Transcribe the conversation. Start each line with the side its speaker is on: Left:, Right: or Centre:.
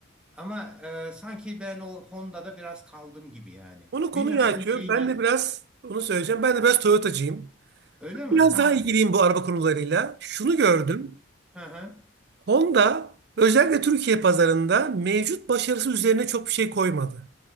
Centre: ama e, sanki ben o Honda'da biraz kaldım gibi yani.
Right: Onu konuyu
Centre: Bilmem senin
Right: açıyor.
Centre: şeyin
Right: Ben
Centre: ne-
Right: de biraz onu söyleyeceğim. Ben de biraz Toyotacıyım.
Centre: öyle mi?
Right: Biraz
Centre: Ha.
Right: daha ilgiliyim bu araba konularıyla. Şunu gördüm.
Centre: Hı hı.
Right: Honda özellikle Türkiye pazarında mevcut başarısı üzerine çok bir şey koymadı.